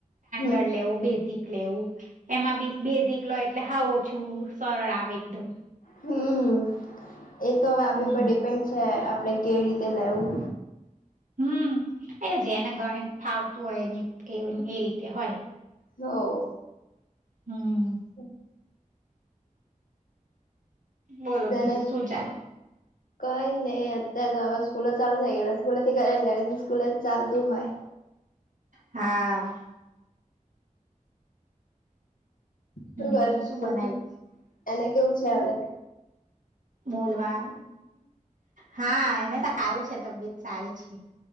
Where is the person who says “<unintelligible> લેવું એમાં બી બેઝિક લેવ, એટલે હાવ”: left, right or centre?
Right